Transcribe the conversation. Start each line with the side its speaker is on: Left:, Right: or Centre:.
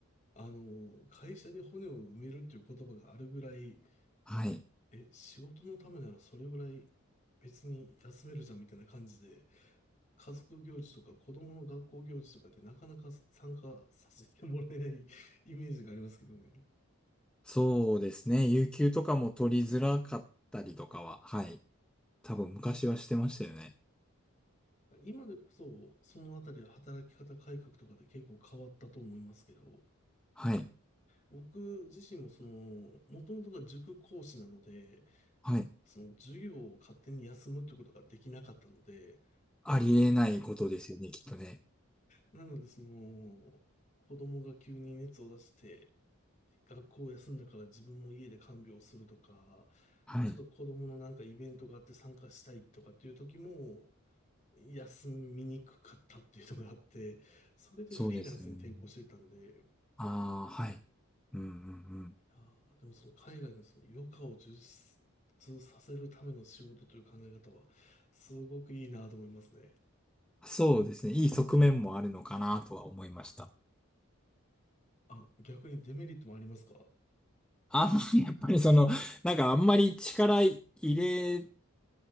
Left: あの、会社に骨を埋めるっていう言葉があるぐらい、
Centre: はい。
Left: え、仕事のためならそれぐらい別に休めるじゃんみたいな感じで、家族行事とか子供の学校行事とかってなかなか参加させてもらえない <laughs> イメージがありますけどね。
Centre: そうですね。有給とかも取りづらかったりとかは、はい。多分昔はしてましたよね。
Left: 今でこそ、そのあたりは働き方改革とかで結構変わったと思いますけど、
Centre: はい。
Left: 僕自身もその、もともとが塾講師なので、
Centre: はい。
Left: その授業を勝手に休むってことができなかったので、
Centre: ありえないことですよね、きっとね。
Left: なのでその、子供が急に熱を出して、学校を休んだから自分も家で看病をするとか、
Centre: はい。
Left: ちょっと子供のなんかイベントがあって参加したいとかっていう時も、休みにくかったっていうのがあって、それでフリーランスに転向していたんで、
Centre: そうですよね。ああ、はい。うんうんうん。
Left: あーでもその海外のその余暇を充実させるための仕事という考え方は、すごくいいなと思いますね。
Centre: そうですね。いい側面もあるのかなとは思いました。
Left: あ、逆にデメリットもありますか
Centre: あんまり、<laughs> やっぱりその、なんかあんまり力入れ